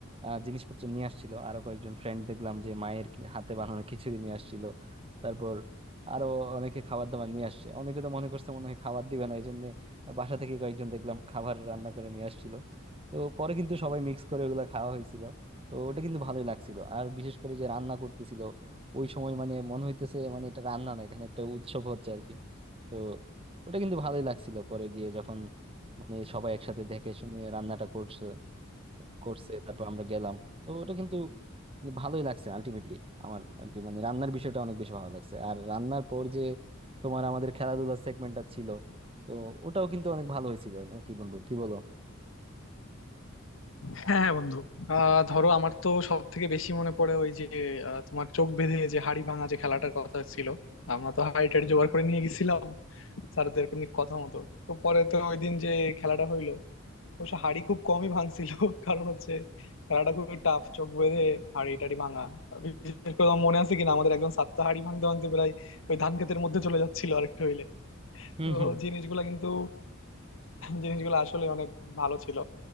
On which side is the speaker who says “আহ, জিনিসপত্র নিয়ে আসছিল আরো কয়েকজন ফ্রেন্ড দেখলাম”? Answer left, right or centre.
Right